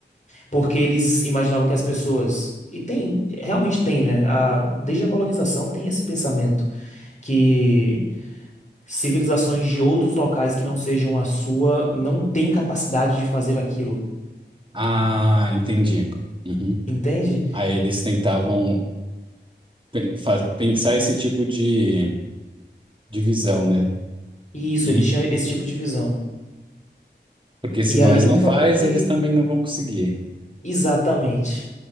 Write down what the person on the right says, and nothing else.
Ah, entendi. Uhum.
Aí eles tentavam pe- fa- pensar esse tipo de divisão, né?
E,
e-
porque se
nós
não
faz,
eles também não vão conseguir.